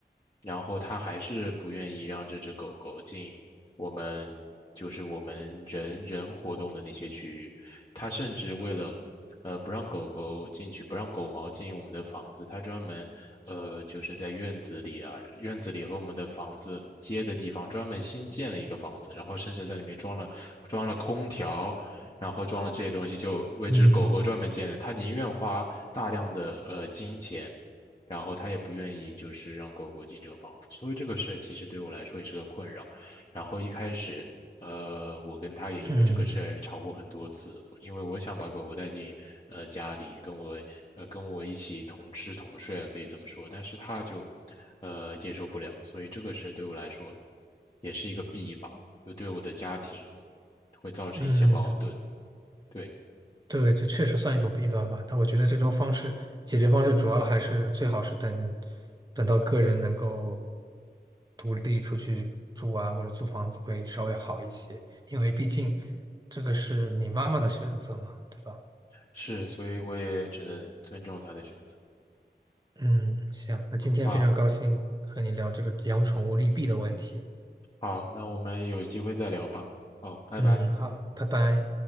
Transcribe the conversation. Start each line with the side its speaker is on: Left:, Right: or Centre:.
Left: 然后他还是不愿意让这只狗狗进我们就是我们人人活动的那些区域，他甚至为了。呃，不让狗狗进去，不让狗毛进我们的房子。他专门，呃，就是在院子里啊，院子里和我们的房子接的地方，专门新建了一个房子，然后甚至在里面装了装了空调，然后装了这些东西就为只狗狗专门建的，
Right: 嗯
Left: 他宁愿花大量的呃金钱，然后他也不愿意就是让狗狗进这个房子，所以这个事儿其实对我来说也是个困扰。然后一开始，呃，我跟他也因为这个事儿吵过很多次，
Right: 嗯
Left: 因为我想把狗狗带进呃家里，跟我呃跟我一起同吃同睡啊，可以这么说，但是他就呃接受不了，所以这个事儿对我来说也是一个弊吧，就对我的家庭会造成一些矛盾。
Right: 嗯。
Left: 对，
Right: 对，这确实算一种弊端吧。但我觉得这种方式解决方式主要还是最好是等等到个人能够独立出去住啊，或者租房子会稍微好一些，因为毕竟这个是你妈妈的选择嘛，对吧？
Left: 是，所以我也只能尊重他的选择。
Right: 嗯，行，那今天非常高兴和你聊这个养宠物利弊的问题。
Left: 好，好，那我们有机会再聊吧。好，拜拜。
Right: 嗯，好，拜拜。